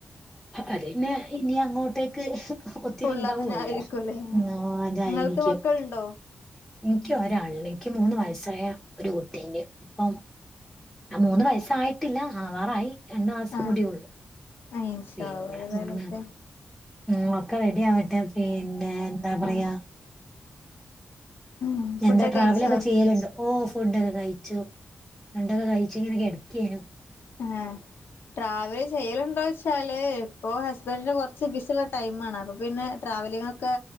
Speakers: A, in the centre; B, on the left (about 80°).
A: അതെ ഇനി അങ്ങോട്ടേക്ക് അഹ് ഒത്തിരി
B: ഫുള്ള്
A: ഉണ്ടാവല്ലോ
B: അതന്നെ ആയിരിക്കുംല്ലേ
A: ആഹ് അതായിരിക്കും
B: നിങ്ങൾക്ക് മക്കളുണ്ടോ
A: എനിക്ക് ഒരാള് എനിക്ക് മൂന്ന് വയസ്സായ ഒരു കുട്ടിണ്ട് ഇപ്പം മൂന്ന് വയസായിട്ടില്ല ആവാറായി രണ്ട് മാസം
B: ആഹ്
A: കൂടിയുള്ളു
B: ആഹ് ഇൻഷാ
A: പിന്നെ
B: അള്ളാ ഏതായാലും
A: ഉം
B: ഒക്കെ
A: ഉം ഒക്കെ റെഡി ആവട്ടെ പിന്നെ എന്താ പറയാ
B: ആഹ് ഉം ഫുഡൊക്കെ
A: എന്താ ട്രാവലൊക്കെ
B: കഴിച്ചോ
A: ചെയ്യലുണ്ടോ ഓ ഫുഡൊക്കെ കഴിച്ചു ഫുണ്ടൊക്കെ കഴിച്ച ഇങ്ങനെക്കെടക്കേനു
B: ആഹ് ട്രാവല് ചെയ്യലുണ്ടോ ചോയ് ചാല് ഇപ്പോ ഹസ്ബൻഡിന്റെ കുറച്ച് ബിസുള്ള ടൈം ആണ് അപ്പൊ പിന്നെ ട്രാവലിങ്ങ് ഒക്കെ